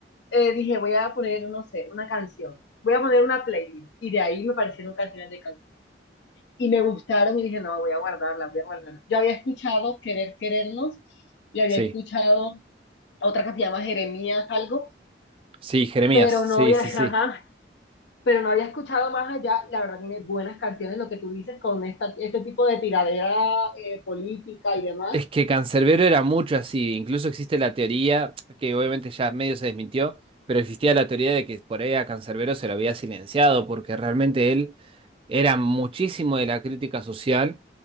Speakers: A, on the left; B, on the right.
A: eh, dije, voy a poner, no sé, una canción, voy a poner una playlist, y de ahí me parecieron canciones de y me gustaron y dije, no, voy a guardarlas, voy a guardarlas. Yo había escuchado Querer Querernos y había
B: sí,
A: escuchado otra que se llama Jeremías algo,
B: sí, Jeremías,
A: pero
B: sí,
A: no había,
B: sí,
A: <laughs> ajá,
B: sí.
A: pero no había escuchado más allá. La verdad tiene buenas canciones, lo que tú dices con esta, este tipo de tiradera eh, política y demás
B: Es que Cancerbero era mucho así, incluso existe la teoría, que obviamente ya medio se desmintió, pero existía la teoría de que por ahí a Cancerbero se lo había silenciado, porque realmente él era muchísimo de la crítica social